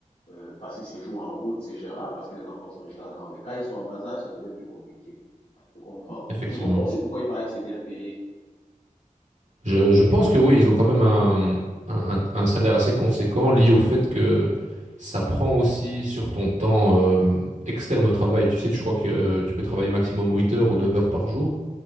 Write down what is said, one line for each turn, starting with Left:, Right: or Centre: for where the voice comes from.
Left: euh, passer ses jours en route, c'est gérable parce que les enfants sont déjà grands. Mais quand ils sont en bas âge, ça devient plus compliqué. Je comprends.
Right: Effectivement.
Left: Et je comprends aussi pourquoi il paraît que c'est bien payé.
Right: Je, je pense que oui, ils ont quand même un, un, un salaire assez conséquent lié au fait que ça prend aussi sur ton temps euh, externe au travail. Tu sais, je crois que euh, tu peux travailler maximum 8 heures ou 9 heures par jour,